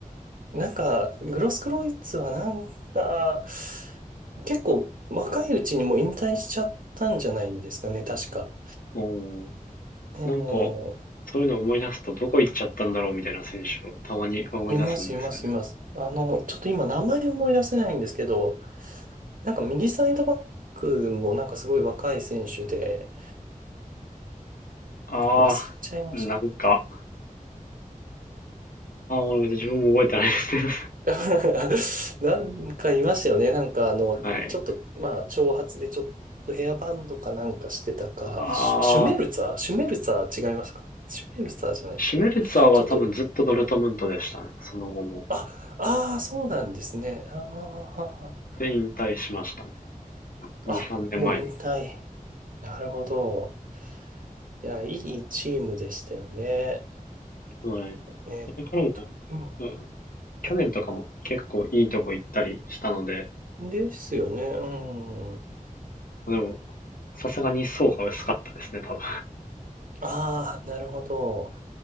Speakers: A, on the right; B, on the left.
A: なんか、グロスクロイツはなんか、結構若いうちにもう引退しちゃったんじゃないですかね、確か。
B: うん。
A: ええ
B: なんか、そういうのを思い出すとどこ行っちゃったんだろうみたいな選手をたまに思い出すんですよね。
A: います、います、います。あの、ちょっと今名前思い出せないんですけど、なんか右サイドバックもなんかすごい若い選手で、
B: ああ、
A: 忘れちゃいましたね。
B: なんか、ああ、もう自分も覚えてないですけど。
A: <laughs> なんかいましたよね。なんかあの、
B: <laughs> はい。
A: ちょっと、まあ、長髪でちょっとヘアバンドかなんかしてたか、
B: あ
A: シュ、シュメルツァーシュメルツァー違いますかシュメルツァーじゃないか。
B: あ。シュメルツァーは多分ずっとドルトムントでしたね。
A: ちょっと、
B: その後も。
A: あ、ああ、そうなんですね。ああ、あ
B: で、引退しましたね。2、
A: ああもう引退。
B: 3年前に。
A: なるほど。いや、いいチームでしたよね。
B: はい。
A: えーっと、
B: それからも、
A: 今、
B: うん
A: はい。
B: 去年とかも結構いいとこ行ったりしたので、
A: ですよね。うん。
B: でも、さすがに層が薄かったですね、多分。
A: ああ、なるほど。